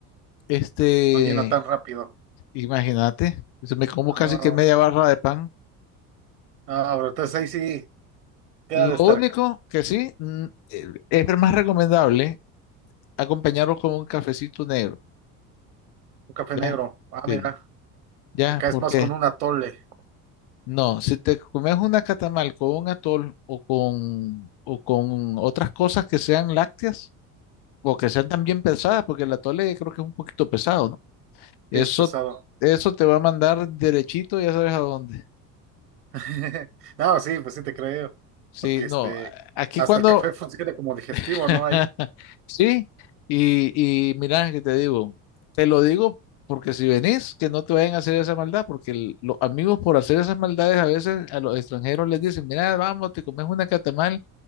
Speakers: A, on the left (about 60°); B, on the right (about 85°).
A: Este,
B: No llena tan rápido.
A: imagínate, yo me como casi
B: No,
A: que media barra de pan.
B: no, bro. Entonces ahí sí queda
A: Lo
B: de estar
A: único que sí mm, eh, es más recomendable acompañarlo con un cafecito negro,
B: un café
A: ya,
B: negro. Ah,
A: sí,
B: mira.
A: ya,
B: Acá es
A: porque
B: más con un atole.
A: No, si te comes una catamal con un atol o con, o con otras cosas que sean lácteas o que sean también pesadas, porque el atole creo que es un poquito pesado, ¿no? Eso,
B: Sí, es pesado.
A: eso te va a mandar derechito, ya sabes a dónde.
B: <laughs> No, sí, pues sí te creo.
A: Sí,
B: Porque este.
A: no, a- aquí
B: Hasta
A: cuando,
B: el café funciona como digestivo,
A: <laughs>
B: ¿no? Ahí.
A: sí, y, y mira que te digo, te lo digo porque si venís, que no te vayan a hacer esa maldad, porque el- los amigos por hacer esas maldades a veces a los extranjeros les dicen, mira, vamos, te comes una catamal.